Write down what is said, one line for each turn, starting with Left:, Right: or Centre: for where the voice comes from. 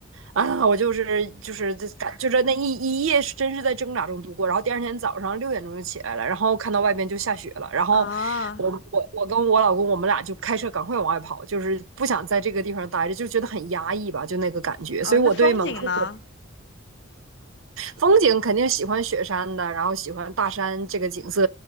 Right: 啊，我就是就是这感就是那一一夜是真是在挣扎中度过。然后第二天早上六点钟就起来了，然后看到外边就下雪了，然后我我我跟我老公我们俩就开车赶快往外跑，
Left: 啊，
Right: 就是不想在这个地方待着，就觉得很压抑吧，就那个感觉。
Left: 啊，
Right: 所以我对蒙库克
Left: 那风景呢？
Right: 风景肯定喜欢雪山的，然后喜欢大山这个景色，